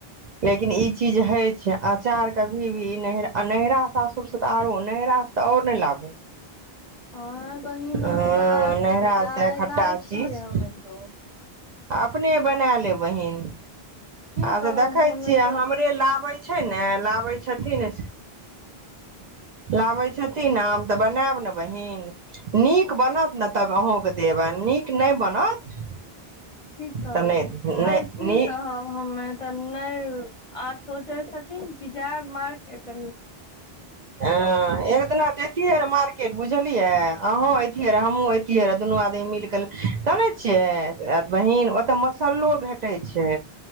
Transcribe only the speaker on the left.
आ बहिन हम
एऽ लाय
छी
लाय छीयै
हम एतौ
की
कहब
हमे
तो
ठीक कहलहु
अरे की
कहब हमे तऽ नहि आर सोचै छथिन कि जय मार् एस